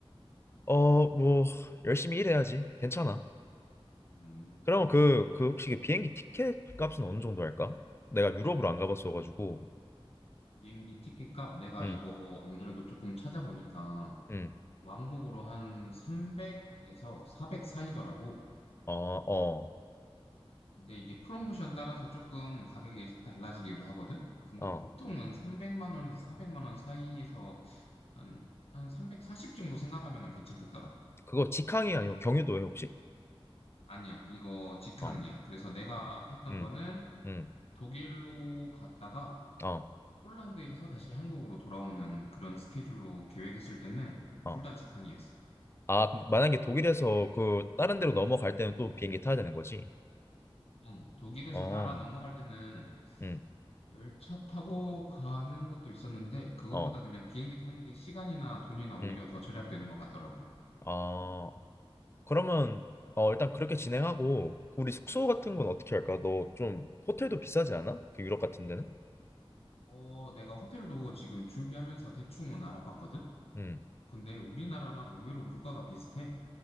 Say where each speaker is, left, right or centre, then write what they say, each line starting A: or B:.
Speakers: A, on the left; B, on the left.
A: 어, 뭐 열심히 일해야지. 괜찮아.
B: 음.
A: 그럼 그, 그 혹시 그 비행기 티켓 값은 어느 정도 할까? 내가 유럽을 안 가봤어가지고.
B: 비행기 티켓 값 내가
A: 응,
B: 이거 안 그래도 조금 찾아보니까
A: 응.
B: 왕복으로 한 300에서 400 사이더라고.
A: 어, 어,
B: 근데 이게 프로모션 따라서 조금 가격이 달라지기도 하거든. 근데
A: 어.
B: 보통은 300만 원에서 400만 원 사이에서 한 한 340 정도 생각하면 괜찮겠더라.
A: 그거 직항이 아니면 경유도에 혹시?
B: 아니야, 이거 직항이야.
A: 어,
B: 그래서 내가
A: 어.
B: 했던
A: 응,
B: 거는
A: 응.
B: 독일로 갔다가
A: 어,
B: 폴란드에서 다시 한국으로 돌아오는 그런 스케줄로 계획했을 때는
A: 어.
B: 둘 다 직항이었어.
A: 아, 그럼 만약에 독일에서 그 다른 데로 넘어갈 때는 또 비행기 타야 되는 거지?
B: 응, 독일에서
A: 어,
B: 나라 넘어갈 때는
A: 응,
B: 열차 타고 가는 것도 있었는데 그거보다
A: 어,
B: 그냥 비행기 타는 게 시간이나 돈이나 오히려
A: 응.
B: 더 절약되는 것 같더라고.
A: 아, 그러면 어, 일단 그렇게 진행하고 그 우리 숙소 같은
B: 응.
A: 건 어떻게 할까? 너 좀 호텔도 비싸지 않아? 그 유럽 같은 데는?
B: 어, 내가 호텔도 지금 준비하면서 대충은 알아봤거든?
A: 응.
B: 근데 우리나라랑 의외로 물가가 비슷해.